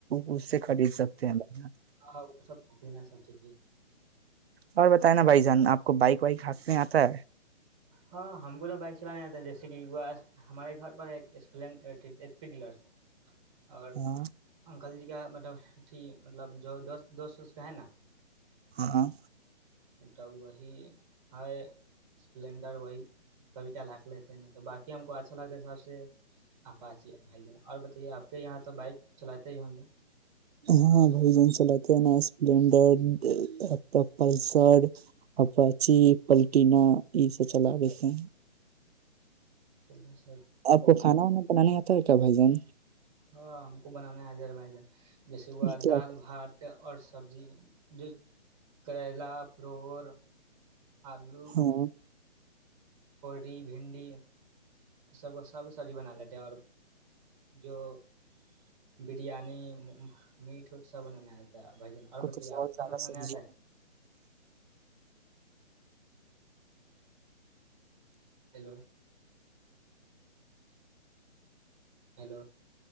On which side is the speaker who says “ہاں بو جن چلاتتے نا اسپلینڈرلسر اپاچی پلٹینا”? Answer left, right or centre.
Right